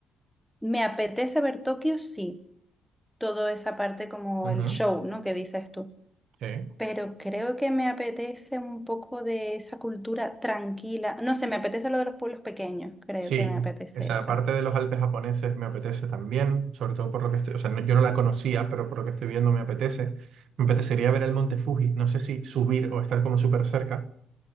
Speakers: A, in the centre; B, on the right.
A: me apetece ver Tokio, sí, toda esa parte como
B: Ujú,
A: el show, ¿no? Que dices tú.
B: Sí.
A: Pero creo que me apetece un poco de esa cultura tranquila. No sé, me apetece lo de los pueblos pequeños, creo
B: Sí,
A: que me apetece
B: esa
A: eso.
B: parte de los Alpes japoneses me apetece también, sobre todo por lo que estoy, o sea, no- yo no la conocía, pero por lo que estoy viendo me apetece. Me apetecería ver el monte Fuji, no sé si subir o estar como súper cerca,